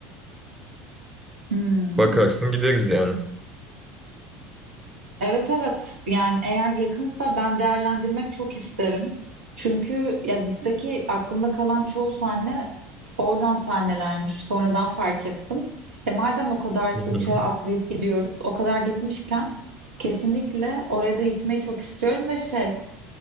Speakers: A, on the right; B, in the centre.
A: Hmm.
B: Bakarsın gideriz yani.
A: Evet evet. Yani eğer yakınsa ben değerlendirmek çok isterim. Çünkü ya dizideki aklımda kalan çoğu sahne oradan sahnelermiş. Sonradan fark ettim. E madem o kadar
B: Hı
A: uçağa
B: hı.
A: atlayıp gidiyoruz, o kadar gitmişken kesinlikle oraya da gitmeyi çok istiyorum ve şey